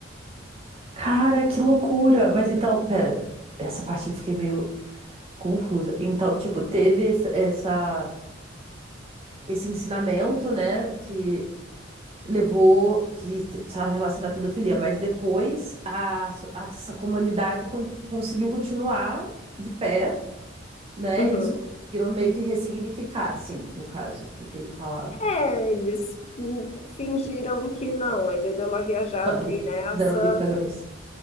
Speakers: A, on the right (about 30°); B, on the left (about 35°).
A: Cara, que loucura! Mas então, pera, essa parte eu fiquei meio confusa. Então, tipo, teve esse, essa, esse ensinamento, né, que levou que estava relacionado à pedofilia, mas depois a, so- a- essa comunidade con- conseguiu continuar de pé, né?
B: Uhum.
A: Eles conseguiram meio que ressignificar, assim, no caso, o que ele falava.
B: É, eles hum, fingiram que não. Ele deu uma viajada
A: Eles
B: aí nessa.
A: Fizeram vista grossa.